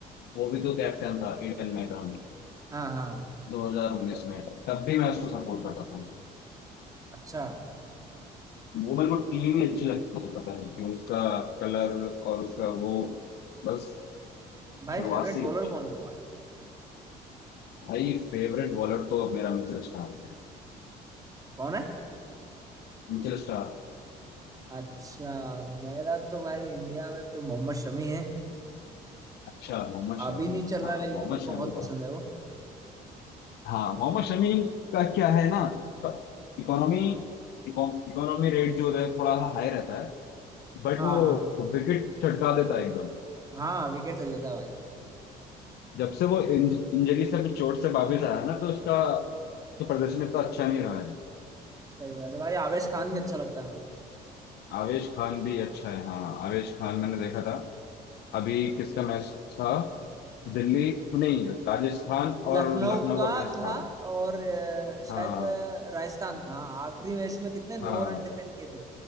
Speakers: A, on the left; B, on the right.
A: वो भी तो कैप्टन था एडन मैकरम
B: हाँ हाँ
A: दो हजार उन्नीस में तब भी मैं उसको सपोर्ट करता था
B: अच्छा
A: वो मेरे को टीम ही अच्छी लगती है पता नहीं क्यों उसका कलर और उसका वो बस
B: भाई
A: शुरुआत
B: फेवरेट
A: से
B: बॉलर
A: ही अच्छी लगती
B: कौन है तुम्हारा
A: है। भाई फेवरेट बॉलर तो अब मेरा मिचेल स्टार्क है
B: कौन है
A: Mitchell Starc
B: अच्छा मेरा तो भाई इंडिया में तो मोहम्मद शमी है
A: अच्छा मोहम्मद
B: अभी
A: शमी
B: नहीं चल रहा
A: हाँ
B: लेकिन
A: मोहम्मद
B: मेरे को
A: शमी
B: बहुत पसंद
A: का
B: है वो
A: हाँ मोहम्मद शमी का क्या है ना उसका इकोनॉमी इकोनॉमी रेट जो है थोड़ा हाई रहता है बट
B: हाँ
A: वो
B: हाँ
A: विकेट छटका देता है एकदम
B: हाँ विकेट ले लेता है भाई
A: जब से वो इंजरी से अपनी चोट से वापिस आया ना तो उसका तो प्रदर्शन इतना अच्छा नहीं रहा है
B: सही बात है भाई आवेश खान भी अच्छा लगता है मेरे
A: आवेश खान भी अच्छा है हाँ आवेश खान मैंने देखा था अभी किसका मैच था दिल्ली नहीं राजस्थान
B: को
A: और
B: लखनऊ
A: लखनऊ
B: का
A: का मैच
B: था
A: था
B: और अ, शायद
A: हाँ
B: अ, राजस्थान का हाँ आखिरी मैच में कितने नौ
A: हाँ
B: रन डिफेंड किए थे